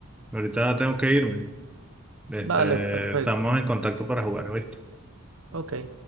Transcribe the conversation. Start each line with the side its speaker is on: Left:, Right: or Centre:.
Centre: Ahorita tengo que irme. Este,
Right: Vale, perfecto.
Centre: estamos en contacto para jugar, ¿viste?
Right: Ok.